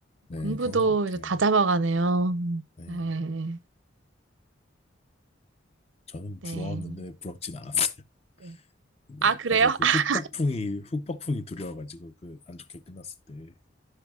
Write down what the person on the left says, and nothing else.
네
그런 것 같아요.
네,
저는
부러웠는데 부럽진 않았어요. <laughs>
네,
나중에 그
후폭풍이 후폭풍이 두려워가지고 그 안 좋게 끝났을 때